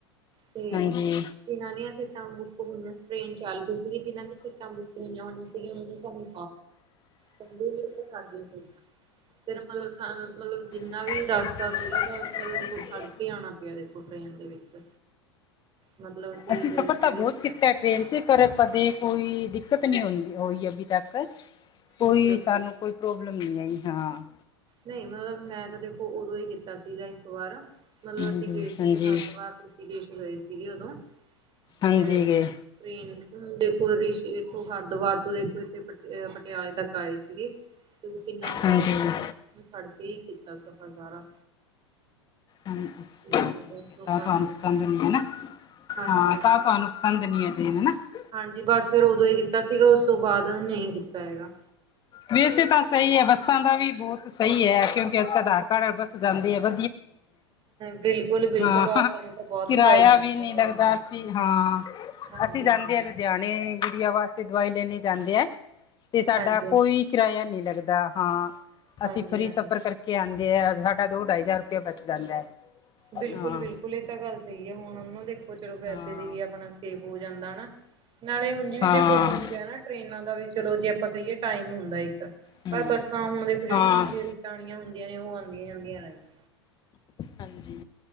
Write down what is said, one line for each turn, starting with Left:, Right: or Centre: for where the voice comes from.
Right: ਤੇ
Left: ਹਾਂਜੀ
Right: ਜਿਨਾਂ ਦੀਆਂ ਸੀਟਾਂ ਬੁੱਕ ਹੋਈਆਂ ਟ੍ਰੇਨ ਚੱਲ ਪਹੀ ਸੀਗੀ ਜਿਨਾਂ ਦੀਆਂ ਸੀਟਾਂ ਬੁੱਕ ਹੋਈਆਂ ਹੋਈਆਂ ਸੀੀਆਂ ਉਹਨਾਂਆਂ ਸਾਨੂੰ ਕਹਿੰਦੇ ਵੀ ਸਾਡੇ ਫਿਰ ਮਤਲਬ ਮਤਲਬ ਜਿੰਨਾ
Left: ਹਾਂਜੀ
Right: ਵੀ ਰਸਤਾ ਸੀਗਾ ਤਾਂ ਮਤਲਬ ਦੇਖੋ ਫੜ ਕੇ ਆਉਣਾ ਪਿਆ ਦੇਖੋ ਟ੍ਰੇਨ ਦੇ ਵਿੱਚ ਮਤਲਬ
Left: ਅਸੀਂ
Right: ਗਏ
Left: ਸਫ਼ਰ
Right: ਸੀਗੇ
Left: ਤਾਂ ਬਹੁਤ ਕੀਤਾ ਟ੍ਰੇਨ 'ਚ ਪਰ ਕਦੇ ਕੋਈ ਦਿੱਕਤ ਨਹੀਂ ਹੁੰਦੀ ਹੋਈ ਅਭੀ ਤੱਕ ਕੋਈ
Right: ਓਕੇ ਓਕੇ
Left: ਸਾਨੂੰ ਕੋਈ ਪ੍ਰੋਬਲਮ ਨਹੀਂ ਆਈ ਹਾਂ
Right: ਨਹੀਂ ਮਤਲਬ ਮੈਂ ਤਾਂ ਦੇਖੋ ਉਦੋਂ ਹੀ ਕੀਤਾ ਸੀਗਾ ਇੱਕ ਵਾਰ ਮਤਲਬ
Left: ਹਾਂਜੀ
Right: ਅਸੀਂ ਗਏ ਸੀਗੇ
Left: ਹਾਂਜੀ
Right: ਹਰਦਵਾਰ ਤੁਸੀਂ ਦੇਸ਼ ਗਏ ਸੀਗੇ ਉਦੋਂ
Left: ਹਾਂਜੀ
Right: ਤੇ
Left: ਗਏ
Right: ੇਨ ਦੇਖੋ ਰਿਸ਼ ਇਥੋ ਹਰਿਦੁਵਰ ਤੋਂ ਦੇਖੋ ਇਥੇ ਪ ਪਟਿਆਲੇ ਤੱਕ ਆਏ ਸੀ ਸੀਗੇ ਤੇ ਕਿੰਨਾ ਹੁੰਦਾ,
Left: ਹਾਂਜੀ ਹਾਂ
Right: ਫੜਕੇ ਹੀ ਕੀਤਾ, ਸਫ਼ਰ ਸਾਰਾ।
Left: ਅੱਛਾ
Right: ਤੇ
Left: ਠੀਕ
Right: ਬਹੁਤ
Left: ਹੈ,
Right: ਔਖਾ
Left: ਤਾਂ ਤੁਹਾਨੂੰ
Right: ਸੀਗਾ
Left: ਪਸੰਦ ਨੇ ਨਾ,
Right: ਹਾਂਜੀ
Left: ਹਾਂ
Right: ਹਾਂਜੀ
Left: ਤਾਂ ਤੁਹਾਨੂੰ ਸਦਨੀੀਆਂ ਟ ਹਨ <unintelligible>
Right: ਹਾਂਜੀ ਬਸ ਫਿਰ ਉਦੋਂ ਇਹ ਕੀਤਾ ਸੀਗਾ ਉਸ ਤੋਂ ਬਾਅਦ ਨਹੀਂ ਕੀਤਾ ਹੈਗਾ
Left: ਵੈਸੇ ਤਾਂ ਸਹੀ ਹੈ ਬੱਸਾਂ ਦਾ ਵੀ ਬਹੁਤ ਸਹੀ ਹੈ ਕਿਉਂਕਿ ਅੱਜ ਕ ਆਧਾਰ ਕਾਰਡ ਬੱਸ ਜਾਂਦੀ ਹੈ ਵ
Right: ਬਿਲਕੁਲ ਬਿਲਕੁਲ
Left: ਹਾਂ
Right: ਆਪਾਂ ਨੂੰ ਤਾਂ ਬਹੁਤ
Left: ਕਿਰਾਇਆ
Right: ਫਾਇਦਾਗ
Left: ਵੀ ਨਹੀਂ ਲੱਗਦਾ
Right: ਦਾ
Left: ਅਸੀਂ ਹਾਂ
Right: ਹਾਂਜੀ
Left: ਅਸੀਂ
Right: ਹਾਂਜੀ
Left: ਜਾਂਦੇ ਆ ਲੁਧਿਆਣੇ ਗੁੜੀਆਂ ਵਾਸਤੇ ਦਵਾਈ ਲੈਣੇ ਜਾਂਦੇ ਆ ਤੇ ਸਾਡਾ
Right: ਹਾਂਜੀ
Left: ਕੋਈ ਕਿਰਾਇਆ ਨਹੀਂ ਲੱਗਦਾ ਹਾਂ ਅਸੀਂ
Right: ਹਾਂਜੀ
Left: ਫਰੀ
Right: ਹਾਂਜੀ
Left: ਸਫ਼ਰ ਕਰਕੇ ਆਉਂਦੇ ਆ ਾ ਦੋਢਾਈ ਹਜ਼ਾਰ ਰੁਪਇਆ ਬਚ ਜਾਂਦਾ ਹੈ
Right: ਬਿਲਕੁਲ
Left: ਹਾਂ
Right: ਬਿਲਕੁਲ ਇਹ ਤਾਂ ਗੱਲ ਸਹੀ ਹੈ ਹੁਣ ਉਹਨੂੰ ਦੇਖੋ ਚਲੋ ਪੈਸੇ
Left: ਹਾਂ
Right: ਦੀ ਵੀ ਆਪਣਾ ਸ ਹੋ ਜਾਂਦਾ ਹਨਾ ਨਾਲੇ ਉਝ ਵੀ
Left: ਹਾਂ
Right: ਦੇਖੋ ਠੀਕ ਹੈ ਨਾ ਟ੍ਰੇਨਾਂ ਦਾ ਵੀ ਚਲੋ ਜੀ ਆਪਾਂ ਕਹੀਏ, ਟਾਈਮ ਹੁੰਦਾ ਇੱਕ
Left: ਹਮ
Right: ਪਰ ਬੱਸਾਂ ਤਾਂ, ਹੁਣ ਦੇਖੋ ਜਿਹੜੀਆਂ
Left: ਹਾਂ
Right: ਨੰਬੀਆਂ ਰੂਟਾਂ ਆਲਿਆਂ ਹੁੰਦੀਆਂ ਨੇ, ਉਹ ਆਉਂਦੀਆਂ ਜਾਂਦੀਆਂ। ਰਹਿੰਦੀਆਂ।
Left: ਹਾਂਜੀ